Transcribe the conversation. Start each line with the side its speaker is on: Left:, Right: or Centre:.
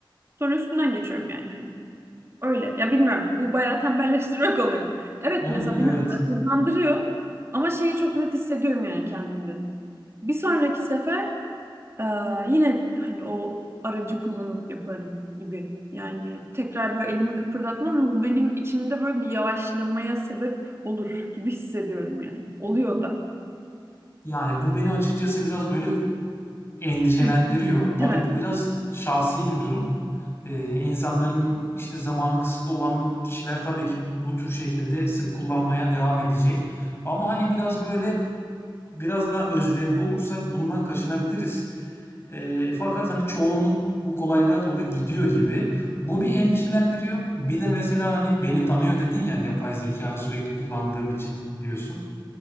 Right: Sonra üstünden geçiyorum yani hani. Öyle. Ya bilmiyorum. Bu bayağı tembelleştirmek oluyor. Evet
Left: Yani
Right: mesela beni
Left: evet.
Right: hızlandırıyor. Ama şeyi çok net hissediyorum yani kendimde. Bir sonraki sefer ee, yine hani o aracı kullanıp yaparım gibi. Yani tekrar böyle elimi kıpırdatmam ama bu benim içimde böyle bir yavaşlamaya sebep olur gibi hissediyorum yani. Oluyor da.
Left: Yani bu beni açıkçası biraz böyle endişelendiriyor.
Right: <laughs>
Left: Tabii
Right: Evet.
Left: bu biraz şahsi bir durum. Ee, insanların işte zamanı kısıtlı olan kişiler tabii ki bu tür şekilde sık kullanmaya devam edecek. Ama hani biraz böyle biraz daha özverili olursak bundan kaçınabiliriz. Ee, fakat hani çoğunluk bu kolaylığa doğru gidiyor gibi. Bu bir endişelendiriyor. Bir de mesela hani beni tanıyor dedin ya yapay zeka sürekli kullandığım için diyorsun.